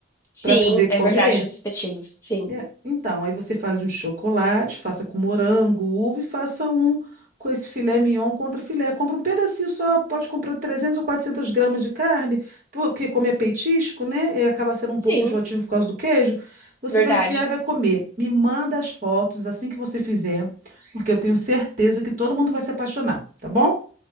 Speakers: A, on the left; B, on the right.
A: Sim,
B: para poder comer.
A: é verdade, os espetinhos. Sim,
B: É, Então, aí você faz um chocolate, faça com morango, uva e faça um com esse filé mignon contra filé. Compra um pedacinho só, pode comprar 300 ou 400 gramas de carne, porque como é petisco, né? E acaba sendo um
A: sim,
B: pouco enjoativo por causa do queijo. Você
A: verdade.
B: vai enfiar e vai comer. Me manda as fotos assim que você fizer, porque eu tenho certeza que todo mundo vai se apaixonar, tá bom?